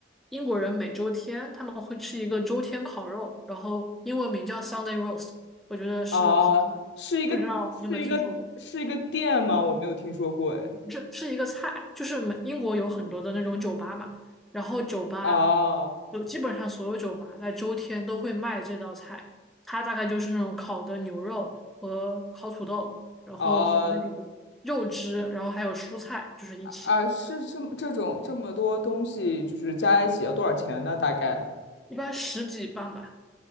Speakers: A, in the centre; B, on the left.
A: 英国人每周天他们会吃一个周天烤肉，然后英文名叫 Sunday roast，我觉得是好吃的，
B: 啊，是一个是一个是一个店吗？
A: 不知道你有没有听说过？
B: 我没有听说过，哎。
A: 这是一个菜，就是美英国有很多的那种酒吧嘛，然后酒吧
B: 啊
A: 有基本上所有酒吧在周天都会卖这道菜，它大概就是那种烤的牛肉和烤土豆，然后和那种肉汁，
B: 啊
A: 然后还有蔬菜，就是一起，
B: 啊！是这么这种这么多东西，就是加一起要多少钱呢？大概？
A: 一般十几磅吧。